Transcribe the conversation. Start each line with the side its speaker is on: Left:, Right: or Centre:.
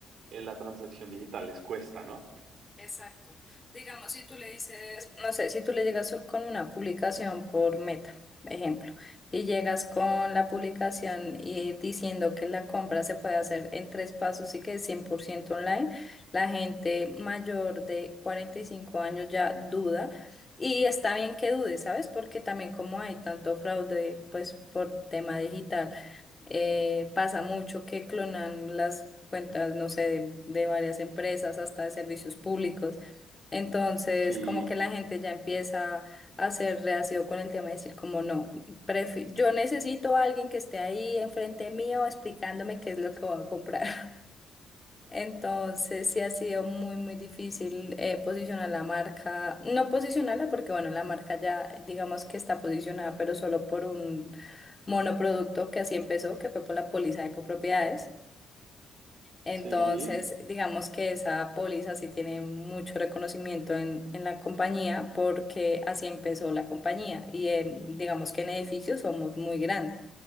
Right: eh, la transacción digital les cuesta, ¿no?
Left: Exacto. Digamos, si tú le dices, no sé, si tú le llegas con una publicación por Meta, ejemplo, y llegas con la publicación y diciendo que la compra se puede hacer en tres pasos y que es 100% online, la gente mayor de 45 años ya duda. Y está bien que dude, ¿sabes? Porque también como hay tanto fraude, pues por tema digital eh, pasa mucho que clonan las cuentas, no sé, de, de varias empresas, hasta de servicios públicos. Entonces,
Right: Sí,
Left: como que la gente ya empieza a ser reacio con el tema de decir, como no, prefi- yo necesito a alguien que esté ahí enfrente mío explicándome qué es lo que voy a comprar. Entonces sí ha sido muy, muy difícil eh, posicionar la marca, no posicionarla porque bueno, la marca ya digamos que está posicionada, pero solo por un monoproducto que así empezó, que fue por la póliza de copropiedades. Entonces,
Right: sí,
Left: digamos que esa póliza sí tiene mucho reconocimiento en, en la compañía porque así empezó la compañía y en- digamos que en edificios somos muy grandes,